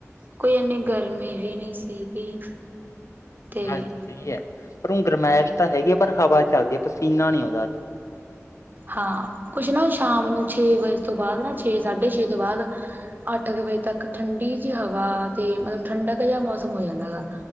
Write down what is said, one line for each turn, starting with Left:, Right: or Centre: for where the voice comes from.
Right: ਕੋਈ ਇਨੀ ਗਰਮੀ ਵੀ ਨਹੀਂ ਸੀਗੀ ਤੇ
Left: ਅੱਜ ਤਾਂ ਸਹੀ ਹੈ ਪਰ ਹੁਣ ਗਰਮਾਇਸ਼ ਤਾਂ ਹੈਗੀ ਆ ਪਰ ਹਵਾ ਚੱਲਦੀ ਹੈ ਪਸੀਨਾ ਨੀ ਆਉਂਦਾ ਅੱਜ
Right: ਹਾਂ ਕੁਛ ਨਾ ਸ਼ਾਮ ਨੂੰ ਛੇ ਵਜੇ ਤੋਂ ਬਾਅਦ ਨਾ ਛੇ ਸਾਢੇ ਛੇ ਤੋਂ ਬਾਅਦ ਅੱਠ ਕੁ ਵਜੇ ਤੱਕ ਠੰਡੀ ਜਿਹੀ ਹਵਾ ਤੇ ਮਤਲਬ ਠੰਡਕ ਜਿਹਾ ਮੌਸਮ ਹੋ ਜਾਂਦਾ ਗਾ